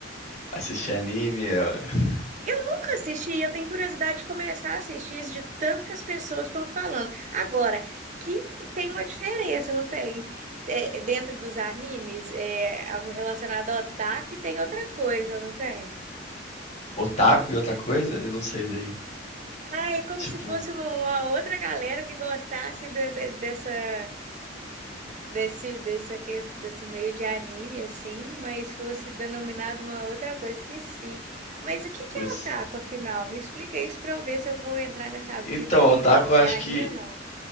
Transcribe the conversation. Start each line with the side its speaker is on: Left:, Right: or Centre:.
Left: Assistir anime, é, <laughs>
Right: Eu nunca assisti, eu tenho curiosidade de começar a assistir de tanto que as pessoas estão falando. Agora, que que- tem uma diferença, não tem? É, dentro dos animes, é algo relacionado ao otaku e tem outra coisa, não tem?
Left: otaku e outra coisa, eu não sei daí.
Right: Ah, é como
Left: Tipo,
Right: se fosse uma, uma outra galera que gostasse de- de- dessa. desse, dessa, ques- desse meio de anime, assim, mas fosse denominado uma outra coisa, esqueci. Mas o que que
Left: putz.
Right: é otaku, afinal? Me explica isso pra eu ver se eu vou entrar nessa vida
Left: Então,
Right: aí
Left: otaku
Right: de assistir
Left: eu acho
Right: anime
Left: que.
Right: ou não.